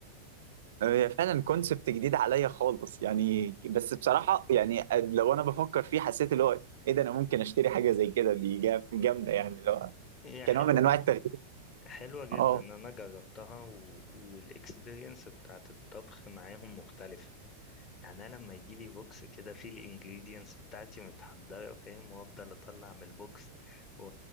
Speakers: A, on the right; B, on the left.
A: آه، هي فعلا كونسبت جديد عليا خالص يعني بس بصراحه يعني لو انا بفكر فيه حسيت اللي هو ايه ده انا ممكن اشتري حاجه زي كده دي جا- جامده يعني اللي هو
B: هي
A: كنوع
B: حلوة
A: من انواع التغيير
B: حلوة جدا
A: اه
B: انا جربتها و... والاكسبيرينس بتاعت الطبخ معاهم مختلفة يعني انا لما يجي لي بوكس كده فيه الانجريدينتس بتاعتي متحضرة فاهم وافضل اطلع من البوكس و...